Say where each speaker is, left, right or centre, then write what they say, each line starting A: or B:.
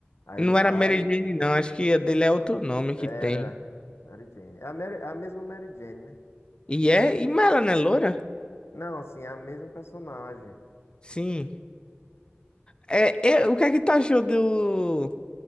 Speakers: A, on the left; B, on the left.
A: Aí
B: não
A: ele vai,
B: era Mary Jane não, acho que a dele é outro nome
A: era
B: que tem.
A: Mary Jane. É a, Mary, é a mesma Mary Jane, né?
B: E é, e mas ela não é loira?
A: Não, assim, é a mesma personagem.
B: Sim. É, é, o que é que tu achou do.